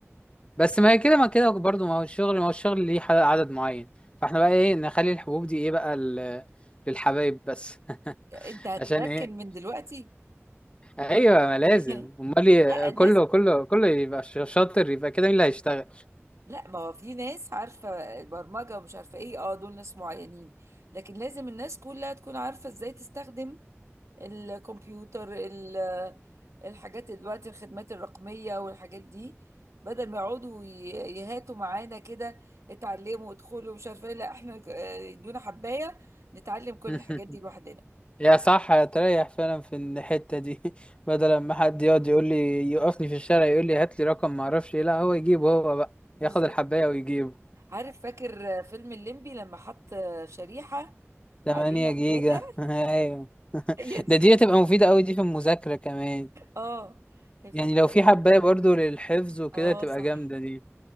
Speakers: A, on the left (about 25°); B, on the right (about 80°).
A: بس ما هي كده ما كده برضو ما هو الشغل ما هو الشغل ليه ح- عدد معين فاحنا بقى ايه نخلي الحبوب دي ايه بقى ال- للحبايب بس <laughs>
B: انت هتنكن
A: عشان ايه
B: من دلوقتي
A: ايوه ما لازم
B: <laughs>
A: امال ي-
B: لا الناس
A: كله كله كله يبقى ش- شاطر يبقى كده مين اللي هيشتغل
B: لا ما هو في ناس عارفه البرمجه ومش عارفه ايه اه دول ناس معينين لكن لازم الناس كلها تكون عارفه ازاي تستخدم الكمبيوتر ال- الحاجات دلوقتي الخدمات الرقميه والحاجات دي بدل ما يقعدوا ي- يهاتوا معانا كده اتعلموا ادخلوا مش عارفه ايه لا احنا آه، يدونا حبايه نتعلم كل
A: <laughs>
B: الحاجات دي لوحدنا
A: يا صح هتريح فعلا في الحتة دي <laughs> بدل ما حد يقعد يقول لي يوقفني في الشارع يقول لي هات لي رقم ما اعرفش ايه لا هو يجيبه هو بقى
B: بالظبط
A: ياخد الحباية ويجيبه
B: عارف فاكر فيلم الليمبي لما حط شريحة
A: <laughs> 8
B: عليها
A: جيجا
B: الداتا
A: <laughs> ايوه <laughs>
B: <laughs> هي دي
A: ده دي هتبقى مفيدة قوي دي في المذاكرة كمان
B: اه هي تحط
A: يعني لو في حباية برضو للحفظ وكده
B: اه
A: تبقى
B: صح
A: جامدة دي